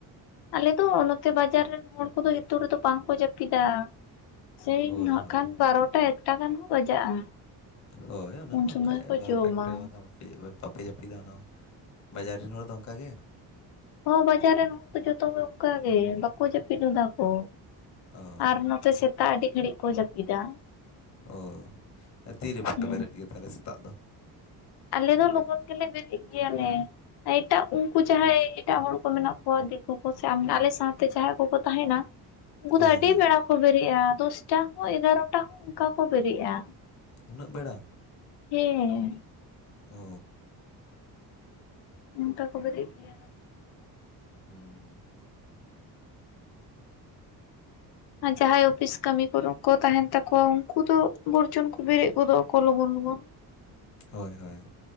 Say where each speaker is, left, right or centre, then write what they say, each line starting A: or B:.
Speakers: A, on the left; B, on the left.
A: ᱟᱞᱮ ᱫᱚ ᱱᱚᱛᱮ ᱵᱟᱡᱟᱨ ᱨᱮᱱ ᱦᱚᱲ ᱠᱚᱫᱚ ᱦᱤᱛᱳᱜ ᱨᱮᱫᱚ ᱵᱟᱝᱠᱚ ᱡᱟᱹᱯ ᱯᱤᱫᱟ ᱥᱮᱭ
B: ᱦᱳᱭ
A: ᱦᱟᱜ
B: ᱦᱳᱭ
A: ᱠᱷᱟᱱ ᱵᱟᱨᱚᱴᱟ ᱮᱠᱴᱟ ᱜᱟᱱ ᱦᱚᱸ ᱵᱟᱡᱟᱜᱼᱟ᱾
B: ᱦᱳᱭ ᱚᱱᱟ
A: ᱩᱱ
B: ᱢᱟ
A: ᱥᱚᱢᱚᱭ
B: ᱚᱱᱠᱟ
A: ᱠᱚ
B: ᱵᱟᱨᱚ
A: ᱡᱚᱢᱟ᱾
B: ᱴᱟ ᱮᱠᱴᱟ ᱵᱟᱝᱠᱷᱟᱱ ᱵᱟᱯᱮ ᱡᱟᱹᱯᱤᱫᱟ ᱚᱱᱟ ᱢᱟ᱾ ᱵᱟᱡᱟᱨ ᱨᱮᱱ ᱦᱚᱲ ᱫᱚ ᱚᱱᱠᱟ ᱜᱮ?
A: ᱦᱚᱸ ᱵᱟᱡᱟᱨ ᱨᱮᱱ ᱦᱚᱲᱛ ᱡᱚᱛᱚ ᱚᱝᱠᱟ ᱜᱮ ᱵᱟᱠᱚ ᱡᱟᱹᱯᱤᱫ ᱦᱚᱫᱟ ᱠᱚ᱾
B: ᱚ
A: ᱟᱨ ᱱᱚᱛᱮ ᱥᱮᱛᱟᱜ ᱟᱹᱰᱤ ᱜᱷᱟᱹᱲᱤᱜ ᱠᱚ ᱡᱟᱹᱯᱤᱫᱟ᱾
B: ᱚ ᱛᱤᱨᱮ ᱯᱮ
A: ᱦᱩᱸ
B: ᱵᱮᱨᱮᱫ ᱜᱮ ᱛᱟᱦᱚᱞᱮ ᱥᱮᱛᱟᱜ ᱫᱚ?
A: ᱟᱞᱮ ᱫᱚ ᱞᱚᱜᱚᱱ ᱜᱮᱞᱮ ᱵᱮᱨᱮᱫ ᱜᱮᱭᱟᱞᱮ᱾ ᱮᱴᱟᱜ ᱩᱝᱠᱩ ᱡᱟᱦᱟᱸᱭ ᱮᱴᱟᱜ ᱦᱚᱲ ᱠᱚ ᱢᱮᱱᱟᱜ ᱠᱚᱣᱟ ᱫᱤᱠᱩ ᱠᱚ ᱥᱮ ᱟᱞᱮ ᱥᱟᱶᱛᱮ ᱡᱟᱦᱟᱸᱭ ᱠᱚᱠᱚ ᱛᱟᱦᱮᱱᱟ᱾ ᱩᱝᱠᱩ
B: ᱦᱮᱸ
A: ᱫᱚ ᱟᱹᱰᱤ
B: ᱦᱮᱸ
A: ᱵᱮᱲᱟ ᱠᱚ ᱵᱮᱨᱮᱜᱼᱟ᱾ ᱫᱚᱥᱴᱟ ᱦᱚᱸ ᱮᱜᱟᱨᱚᱴᱟ ᱦᱚᱸ ᱚᱱᱠᱟ ᱠᱚ ᱵᱮᱨᱮᱜᱼᱟ᱾
B: ᱩᱱᱟᱹᱜ ᱵᱮᱲᱟ᱾
A: ᱦᱮᱸ
B: ᱚ
A: ᱚᱝᱠᱟ ᱠᱚ ᱵᱮᱨᱮᱜ ᱜᱮᱭᱟ ᱱᱟᱜ᱾
B: ᱦᱩᱸ
A: ᱟᱨ ᱡᱟᱦᱟᱸᱭ ᱚᱯᱤᱥ ᱠᱟᱹᱢᱤ ᱠᱚᱨᱮ ᱠᱚ ᱛᱟᱦᱮᱱ ᱛᱟᱠᱚᱣᱟ ᱩᱝᱠᱩ ᱫᱚ ᱵᱚᱨᱡᱚᱱ ᱠᱚ ᱵᱮᱨᱮᱫ ᱜᱚᱫᱚᱜ ᱟᱠᱚ ᱞᱚᱜᱚᱱ ᱞᱚᱜᱚᱱ᱾
B: ᱦᱳᱭ ᱦᱳᱭ